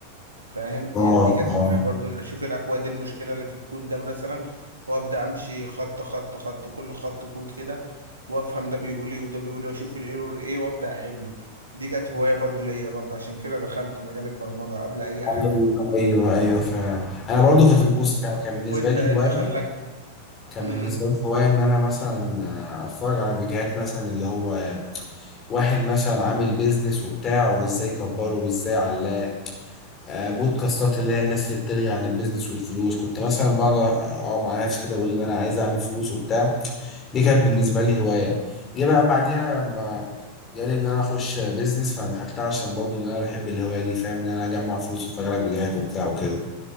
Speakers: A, on the right; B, on the left.
A: فاهم
B: اه
A: يعني دي كانت
B: اه
A: فكرة برضو اشوف الاكواد المشكله اللي في الكود ده مثلا وابدا امشي خط خط خط كل خط كود كده وافهم ده بيقول ايه وده بيقول ايه واشوف الايرور ايه وابدا احله دي كانت هوايه برضو ليا برضو عشان كده دخلت مجال البرمجه قبل اي
B: ايوه
A: حاجه
B: ايوه ايوه فعلا انا برضو كانت
A: طب
B: بص كان كان بالنسبه
A: وانت
B: لي
A: ايه
B: هوايه
A: اللي خلاك
B: كان
A: امم
B: بالنسبه لي هوايه ان انا مثلا آه، اتفرج على فيديوهات مثلا اللي هو واحد مثلا عامل بيزنس وبتاع وازاي كبره وازاي علاه آه، بودكاستات اللي هي الناس اللي بتلغي عن البيزنس والفلوس كنت مثلا بقعد اقعد مع نفسي كده اقول ان انا عايز اعمل فلوس وبتاع دي كانت بالنسبة لي هواية جه بقى بعديها لما جالي إن أنا أخش بيزنس فأنا دخلتها عشان برضو إن أنا بحب الهواية دي فاهم إن أنا أجمع فلوس وأتفرج على فيديوهات وبتاع وكده